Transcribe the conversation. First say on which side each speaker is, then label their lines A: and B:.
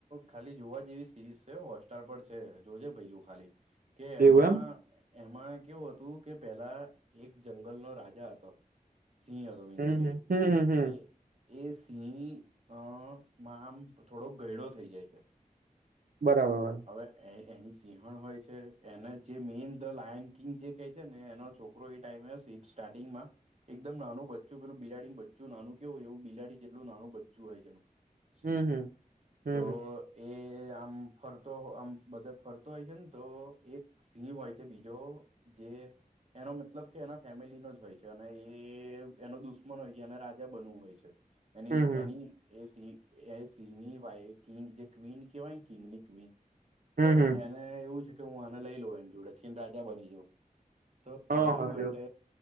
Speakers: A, on the right (about 50°); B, on the right (about 80°).
A: ખાલી જોવા જેવી સિરીઝ છે હોટસ્ટાર પર છે જોજે પેલું ખાલી કે
B: એવું
A: એમાં એમાં કેવું હતું કે પેલા એક જંગલનો રાજા હતો સિંહ રવિન્સ
B: એમ
A: કે
B: હમ હમ હમ હમ હમ
A: એ એ સિંહ અ મા આમ થોડો ગયડો થઈ જાય છે
B: બરાબર બરાબર
A: હવે એની સિંહણ હોય છે એને જે મેઈન ધ લાયન કિંગ જે કહે છે ને એનો છોકરો એ ટાઈમે સ સ્ટાર્ટિગમાં એકદમ નાનું બચ્ચું પેલું બિલાડીનું બચ્ચું નાનું કેવુંય એવ બિલાડી જેટલુંનું બચ્ચું હોય એનું સિંહ
B: હમ હમ હમ
A: તો એ આમ ફરતો આમ બધા ફરતો હોય છે ને તો એક સિંહ હોય છે બીજો જે એનો મતલબ કે એના ફેમિલીનો જ હોય છે અને એ એનો દુશ્મન હોય છે એને રાજા બનવું હોય છે એની
B: હમ હમ હમ
A: એની એ સિ એ સિંહની વાય કિંગ જે ક્વીિન કેવાયને કિંગની ક્વીિન બસ
B: હમ હમ
A: એ અને એવું છે કે હું આને લઈ લઉ એની જોડે થીને રાજા બની જાઉં તો
B: હા
A: એના
B: હા
A: માટે
B: એવું